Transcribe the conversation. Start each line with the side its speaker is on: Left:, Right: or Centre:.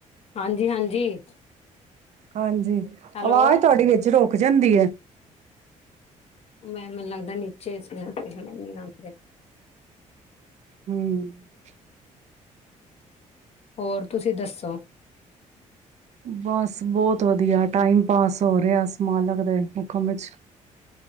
Left: ਹਾਂਜੀ ਹਾਂਜੀ!
Right: ਹਾਂਜੀ
Left: ਹੈਲੋ
Right: ਆਵਾਜ਼ ਤੁਹਾਡੀ ਵਿੱਚ ਰੁਕ ਜਾਂਦੀ ਯੈ।
Left: ਮੈਂ ਮੈਨੂੰ ਲੱਗਦਾ ਨੀਚੇ ਸੀ ਆਉਂਦੇ
Right: ਹਮ
Left: ਹੋਰ ਤੁਸੀਂ ਦੱਸੋ?
Right: ਬਸ ਬਹੁਤ ਵਧੀਆ ਟਾਈਮ ਪਾਸ ਹੋ ਰਿਯਾ, ਓਸ ਮਾਲਕ ਦੇ ਹੁਕਮ ਵਿੱਚ।